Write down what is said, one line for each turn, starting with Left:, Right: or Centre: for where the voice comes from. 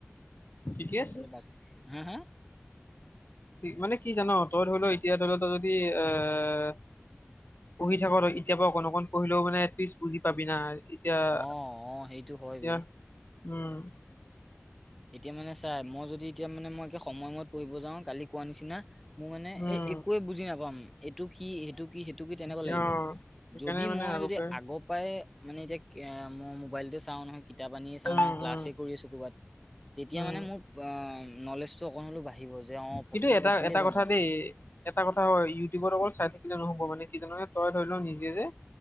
Left: ঠিকে আছে।
Centre: এতিয়া হা হা,
Left: মানে কি জান তই ধৰি ল এতিয়া ধৰি ল তই যদি এ, পঢ়ি থাক আৰু এতিয়া পৰা অকন অকন পঢ়িলেও মানে এটলিষ্ট বুজি পাবি না। এতিয়া এতিয়া
Centre: অ অ সেইটো হয় বে
Left: উম,
Centre: এতিয়া মানে চাই মই যদি এতিয়া মানে মই সময়ময়ত পঢ়িব যাওঁ কালি কোৱা নিচিনা। মোৰ মানে
Left: উম
Centre: এ একোৱে বুজি নাপাম এইটো কি সেইটো কি সেইটো কি তেনেকুৱা
Left: এতিয়া
Centre: লাগিব।
Left: অ সেইকাৰণে
Centre: যদি
Left: মানে
Centre: মই যদি
Left: পৰাই
Centre: আগৰ পৰাই মানে এতিয়া মই মোবাইলতে চাওঁ নহয় কিতাপ আনিয়ে চাওঁ
Left: উম
Centre: নহয়। ক্লাছে
Left: উম
Centre: কৰি আছোঁ ক'ৰবাত তেতিয়া
Left: উম
Centre: মানে মোৰ নলেজটো অকণ হ'লেও বাঢ়িব। যে অ প্ৰশ্নটো
Left: কিন্তু এটা
Centre: দেখিলেই
Left: এটা
Centre: গম
Left: কথা
Centre: পাম
Left: দেই। এটা কথা হয় ইউটিউবত অকল চাই থাকিলে নহ'ব মানে কিজান তই ধৰি লও নিজে যে